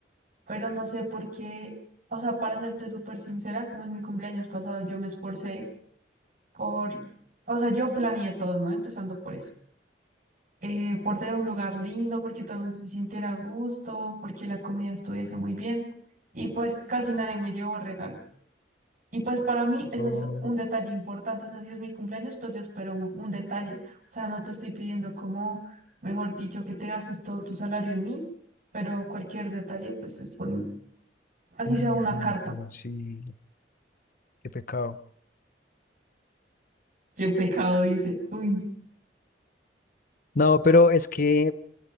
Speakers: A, on the right (about 50°); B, on the left (about 55°).
A: pero no sé por qué, o sea, para serte súper sincera, como en mi cumpleaños pasado yo me esforcé por, o sea, yo planeé todo, ¿no? Empezando por eso eh, por tener un lugar lindo, porque todo el mundo se sintiera a gusto, porque la comida estuviese muy bien. Y pues casi nadie me llevó regalo. Y pues para mí eso
B: Oh,
A: es un detalle importante. O sea, si es mi cumpleaños, pues yo espero un, un detalle. O sea, no te estoy pidiendo como, mejor dicho, que te gastes todo tu salario en mí, pero cualquier detalle, pues es bueno Así
B: no,
A: sea una
B: no,
A: carta.
B: no, sí, qué pecado.
A: Qué pecado, dice. Uy.
B: No, pero es que,